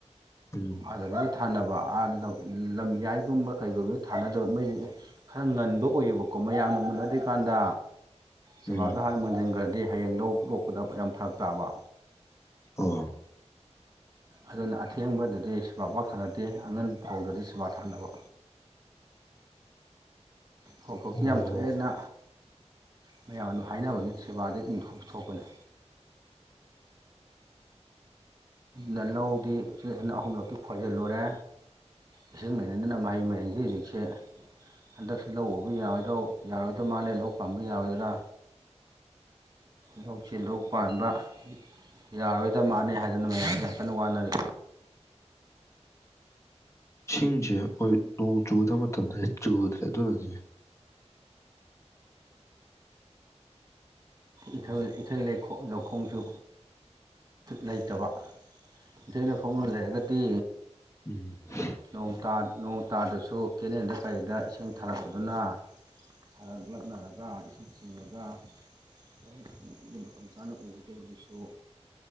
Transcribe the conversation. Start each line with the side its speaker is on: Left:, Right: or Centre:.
Left: ꯎꯝ
Right: ꯑꯗꯒꯤ ꯊꯥꯅꯕ ꯥꯑꯥ ꯂꯧ ꯂꯝꯌꯥꯏꯒꯨꯝꯕ ꯀꯩꯒꯨꯝꯕ ꯊꯥꯅꯗꯕ ꯃꯩ ꯈꯔ ꯉꯟꯕ ꯑꯣꯏꯌꯦꯕꯀꯣ ꯃꯌꯥꯝꯅ ꯃꯨꯟꯅꯗ꯭ꯔꯤꯀꯥꯟꯗ ꯁꯦꯕꯥꯗ
Left: ꯎꯝ
Right: ꯍꯥꯟꯅ ꯃꯨꯟꯖꯟꯒ꯭ꯔꯗꯤ ꯍꯌꯦꯡ ꯂꯧ ꯂꯣꯛꯄꯗ ꯌꯥꯝ ꯐꯔꯛ ꯇꯥꯕ
Left: ꯑꯣ
Right: ꯑꯗꯨꯅ ꯑꯊꯦꯡꯕꯗꯗꯤ ꯁꯦꯕꯥ ꯄꯥꯛ ꯊꯥꯅꯗꯦ ꯑꯉꯟ ꯐꯧꯗꯗꯤ ꯁꯦꯕꯥ ꯊꯥꯅꯕ ꯐꯧꯊꯣꯛꯇꯤ
Left: ꯑꯣ
Right: ꯌꯥꯝ ꯊꯣꯛ ꯍꯦꯟꯅ ꯃꯌꯥꯝ ꯑꯗꯨꯝ ꯍꯥꯏꯅꯕꯅꯦ ꯁꯦꯕꯥꯗꯤ ꯑꯗꯨꯝ ꯊꯣꯛꯇꯤ ꯊꯣꯛꯄꯅꯦ ꯂ ꯂꯧꯗꯤ ꯎꯆꯤꯟ ꯅꯥꯆꯤꯟꯅ ꯑꯍꯨꯝꯂꯛꯇꯤ ꯈꯣꯏꯖꯤꯜꯂꯨꯔꯦ ꯏꯁꯤꯡ ꯂꯩꯅꯗꯅ ꯃꯍꯩ ꯃꯍꯩꯁꯦ ꯍꯧꯖꯤꯛꯁꯦ ꯍꯟꯗꯛꯁꯨ ꯂꯧ ꯎꯕ ꯌꯥꯔꯣꯏꯗ꯭ꯔꯣ ꯌꯥꯔꯣꯏꯗ ꯃꯥꯜꯂꯦ ꯂꯧ ꯄꯥꯝꯕ ꯌꯥꯔꯣꯏꯗ꯭ꯔꯥ ꯂꯧꯁꯦ ꯂꯧ ꯄꯥꯟꯕ ꯌꯥꯔꯣꯏꯗꯕ ꯃꯥꯥꯟꯅꯦ ꯍꯥꯏꯗꯅ ꯃꯌꯥꯝꯁꯦ ꯌꯥꯝ ꯀꯟꯅ ꯋꯥꯅꯔꯤ
Left: ꯏꯁꯤꯡꯁꯦ ꯍꯣꯏ ꯅꯣꯡ ꯆꯨꯒꯗꯕ ꯃꯇꯝꯗꯗꯤ ꯆꯨꯗ꯭ꯔꯦ ꯑꯗꯨꯅꯅꯤ
Right: ꯏꯊ ꯏꯊꯩ ꯂꯧ ꯂꯧꯈꯣꯡꯖꯨ ꯂꯩꯇꯕ ꯏꯊꯩ ꯂꯧꯈꯣꯡꯗꯣ ꯂꯩꯔꯒꯗꯤ
Left: ꯎꯝ
Right: ꯅꯣꯡ ꯇꯥ ꯅꯣꯡ ꯇꯥꯗꯁꯨ ꯀꯦꯅꯦꯟꯗ ꯀꯩꯗ ꯏꯁꯤꯡ ꯊꯥꯔꯛ ꯄꯗꯨꯅ ꯈꯔ ꯂꯛꯅꯔꯒ ꯏꯁꯤꯡ ꯆꯤꯡꯉꯒ <unintelligible> ꯃꯇꯝ ꯆꯥꯅ ꯎꯒꯗꯕꯗꯨꯁꯨ